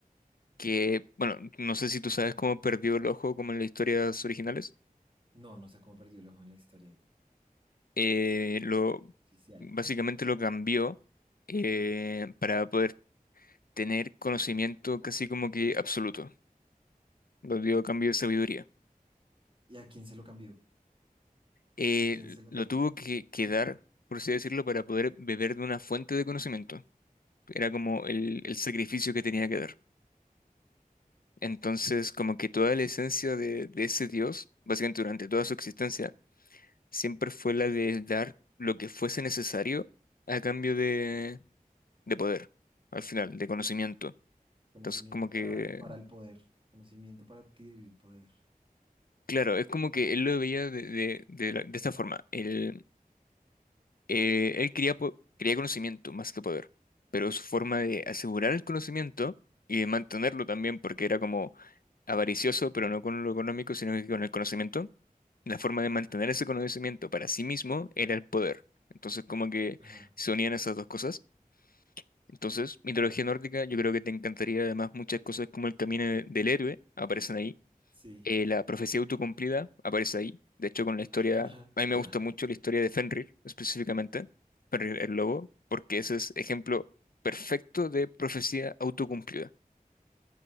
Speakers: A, on the left; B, on the right.
A: Que, bueno, no sé si tú sabes cómo perdió el ojo como en las historias originales.
B: No, no sé cómo perdió el ojo en la historia
A: eh, lo,
B: oficial.
A: básicamente lo cambió eh, para poder tener conocimiento casi como que absoluto. Lo dio a cambio de sabiduría.
B: ¿Y a quién se lo cambió?
A: Eh,
B: ¿A quién se lo
A: lo
B: dio?
A: tuvo que, que dar, por así decirlo, para poder beber de una fuente de conocimiento. Era como el,
B: No.
A: el sacrificio que tenía que dar. Entonces, como que toda la esencia de, de ese Dios, básicamente durante toda su existencia, siempre fue la de dar lo que fuese necesario a cambio de, de poder, al final, de conocimiento.
B: Conocimiento
A: Entonces, como que,
B: para, para el poder. Conocimiento para adquirir poder.
A: claro, es como que él lo veía de, de, de la- de esta forma. Él, eh, él quería, po- quería conocimiento más que poder, pero su forma de asegurar el conocimiento y de mantenerlo también, porque era como avaricioso, pero no con lo económico, sino que con el conocimiento, la forma de mantener ese conocimiento para sí mismo era el poder. Entonces, como que
B: Ajá.
A: se unían esas dos cosas. Entonces, mitología nórdica, yo creo que te encantaría además muchas cosas como el camino de- del héroe, aparecen ahí
B: Sí.
A: Eh, la profecía autocumplida aparece ahí. De hecho, con la historia,
B: <laughs>
A: a mí me gusta mucho la historia de Fenrir, específicamente, Fenrir el lobo, porque ese es ejemplo perfecto de profecía autocumplida.